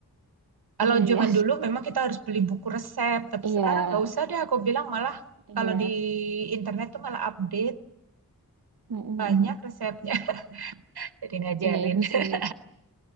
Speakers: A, on the right; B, on the right.
A: Kalau
B: Iya, iya.
A: zaman dulu memang kita harus beli buku resep, tapi
B: <laughs> Iya,
A: sekarang nggak usah deh. Aku bilang malah
B: iya.
A: kalau di internet tuh malah update
B: Mm-mm-mm.
A: banyak resepnya. <laughs> Jadi ngajarin.
B: Iya itu
A: <laughs>
B: sih.